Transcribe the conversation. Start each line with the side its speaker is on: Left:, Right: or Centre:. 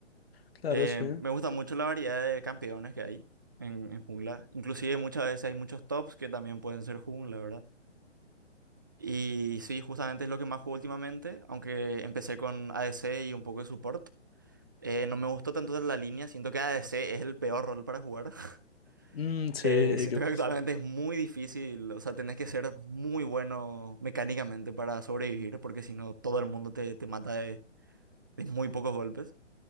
Left: Claro,
Right: Em,
Left: sí.
Right: me gusta mucho la variedad de campeones que hay en, en jungla. Inclusive muchas veces hay muchos tops que también pueden ser jungla, ¿verdad? Y sí, justamente es lo que más juego últimamente, aunque empecé con ADC y un poco de support. Eh, no me gustó tanto la línea, siento que ADC es el peor rol para jugar. <laughs>
Left: Mm, sí,
Right: Eh, siento
Left: creo
Right: que
Left: que
Right: actualmente
Left: sí.
Right: es muy difícil, o sea, tenés que ser muy bueno mecánicamente para sobrevivir, porque si no, todo el mundo te, te mata de, de muy pocos golpes.